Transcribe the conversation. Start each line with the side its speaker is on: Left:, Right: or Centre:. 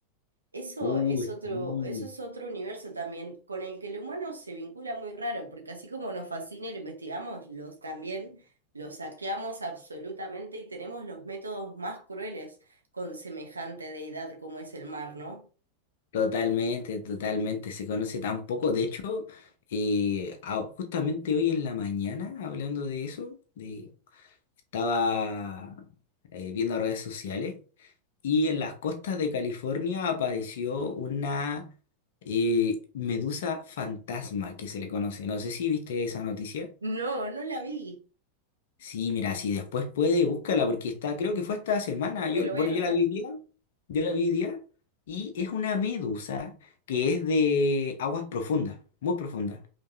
Right: eso
Left: Uh,
Right: es otro,
Left: sí.
Right: eso es otro universo también con el que el humano se vincula muy raro, porque así como nos fascina y lo investigamos, los también los saqueamos absolutamente y tenemos los métodos más crueles con semejante deidad como es el mar, ¿no?
Left: Totalmente, totalmente. Se conoce tan poco. De hecho, eh, ah, justamente hoy en la mañana, hablando de eso, de- estaba eh, viendo redes sociales y en las costas de California apareció una eh, medusa fantasma que se le conoce. No sé si viste esa noticia.
Right: No, no la vi.
Left: Sí, mira, si después puede, búscala, porque está, creo que fue esta semana.
Right: Me
Left: Yo,
Right: lo
Left: bueno,
Right: voy a anotar.
Left: yo la vi hoy día, yo la vi hoy día, y es una medusa que es de aguas profundas, muy profundas.